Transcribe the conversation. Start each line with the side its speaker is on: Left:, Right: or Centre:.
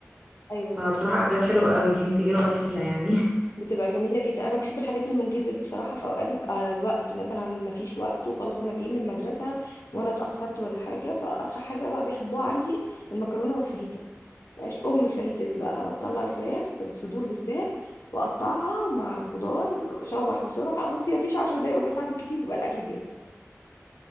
Left: ايوه صح
Centre: فبصراحه اكلات حلوه قوي انت ايه رايك فيها يعني <laughs>
Left: بتبقى جميلة جدا انا بحب الحاجات المنجزة دي بصراحة في اوقات بيبقى الوقت مثلا مفيش وقت وخلاص هما جايين من المدرسة وانا اتأخرت ولا حاجة فاسرع حاجة بقى بيحبوها عندي المكرونة والفاهيتا عشقهم الفاهيتا دي بقى اطلع الفراخ الصدور بالذات واقطعها مع الخضار شوح بسرعة بصي مفيش عشر دقايق ربع ساعة بالكتير بيبقى الاكل جاهز